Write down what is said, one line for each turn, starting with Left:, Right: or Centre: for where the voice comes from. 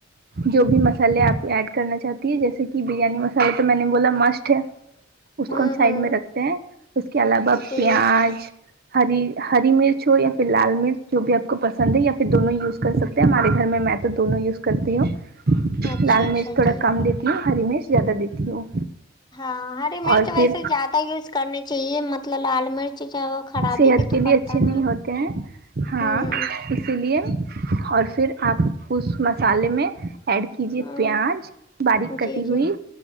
Right: جو بھی مصالحے آپ ایڈ کرنا چاہتی ہیں جیسے کہ بریانی مصالحے تو میں نے بولا مسٹ ہے اس
Left: ہوں
Right: کو ہم سائڈ
Left: ہوں
Right: میں رکھتے ہیں اس کے علاوہ
Left: جی
Right: پیاز، ہری ہری مرچ چھ یا فر لال مرچ جو بھی آپ کو پسند ہے یا پھر دونوں یوز کر سکتے ہیں ہمارے گھر میں میں تو دونوں یوز کرتی ہوں
Left: اچھا
Right: لال
Left: اچھا
Right: مرچ تھوڑا
Left: جی
Right: کم دیتی ہوں ہری مرچ زیادہ دیتی ہوں
Left: ہاں ہری مرچ
Right: اور پھر
Left: ویسے زیادہ یوز کرنی چاہیے مطلب لال مرچ جو ہے وہ خرابی
Right: صحت
Left: بھی تو
Right: کے لیے
Left: کرتا
Right: اچھے
Left: ہے
Right: نہیں
Left: نا
Right: ہوتے ہیں ہاں
Left: ہوں
Right: اسی لیے اور فر آپ اس مصا لحے میں ایڈ کیجیے
Left: ہوں
Right: پیاز باریک
Left: ہوں
Right: کٹی
Left: جی
Right: ہوئی
Left: جی